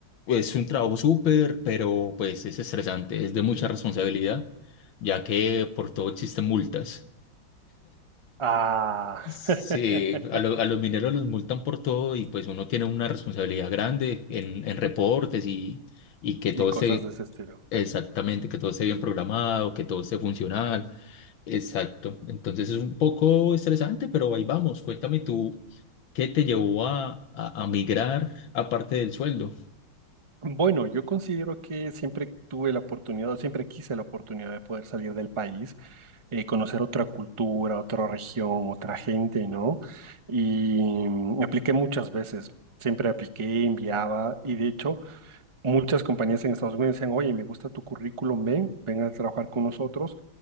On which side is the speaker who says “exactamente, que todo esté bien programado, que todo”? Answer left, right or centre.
Left